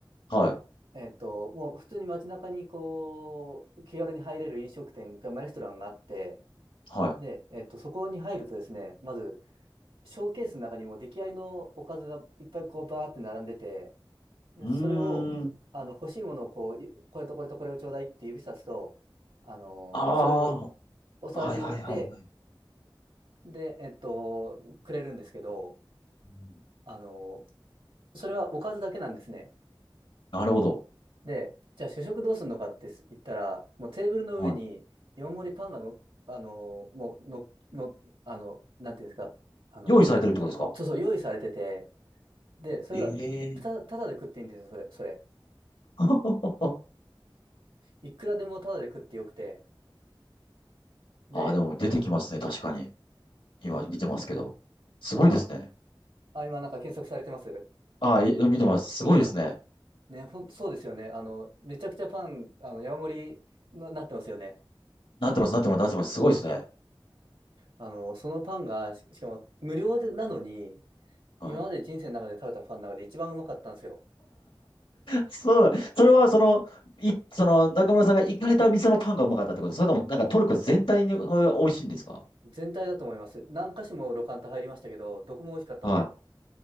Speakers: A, on the left; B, on the right.
A: はい。
B: えっと、もう普通に街中にこう、気軽に入れる飲食店が、まあ、レストランがあって、
A: はい。
B: で、えっと、そこに入るとですね、まず、ショーケースの中にも出来合いのおかずがいっぱいこう、バーって並んでて、で、
A: うー
B: それを、
A: ん。
B: あの、欲しいものをこう、いこれとこれとこれをちょうだいって指さすと、あのーそれを
A: あ
B: お皿に盛って、
A: あ、はいはいはいはい。
B: で、えっと、くれるんですけど、
A: うん
B: あのーそれはおかずだけなんですね。
A: なるほど。
B: で、じゃあ主食どうするのかって言ったら、もうテーブルの上に山盛りパンがの、
A: はい
B: あのーもうの、の、あの、なんていうんですか、あの、
A: 用意されてるってことですか
B: もう、そうそう、用意されてて、で、それが、
A: ええー
B: た、ただで食っていいんですよ、それ、それ。
A: <laughs>
B: いくらでもただで食ってよくて、で、
A: ああ、でも出てきますね。確かに。今見てますけど。すごいですね。
B: あああ、今なんか検索されてます。
A: ああ、い見てます。すごいですね。
B: ね、ほん、そうですよね。あの、めちゃくちゃパン、あの、山盛りな、なってますよね。
A: なってます、なってます、なってます。すごいですね。
B: あの、そのパンが、し、しかも無料でなのに、
A: はい。
B: 今まで人生の中で食べたパンの中で一番うまかったんですよ。
A: そう、それはその、い、その中村さんが行かれた店のパンがうまかったってことそれともなんかトルコ全体にそういう美味しいんですか
B: 全体だと思います。何箇所もロカンタ入りましたけど、どこも美味しかったんで。
A: は